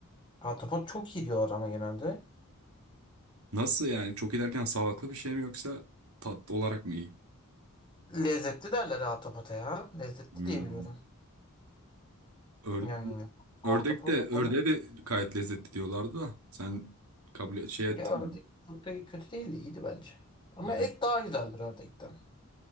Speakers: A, on the left (about 20°); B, on the right (about 75°).
A: Ahtapot çok iyi diyorlar ama genelde.
B: Nasıl yani? Çok iyi derken sağlıklı bir şey mi yoksa tatlı olarak mı iyi?
A: Lezzetli derler ahtapota ya. Lezzetli
B: Hmm.
A: diye biliyorum.
B: Ör-
A: Yani ahtapot
B: ördek de ördeğe
A: ben
B: de gayet lezzetli diyorlardı da. Sen kabul şey ettin
A: ya
B: mi?
A: ördek çok da kötü değildi iyiydi bence. Ama
B: Hani-
A: et daha güzeldir ördekten.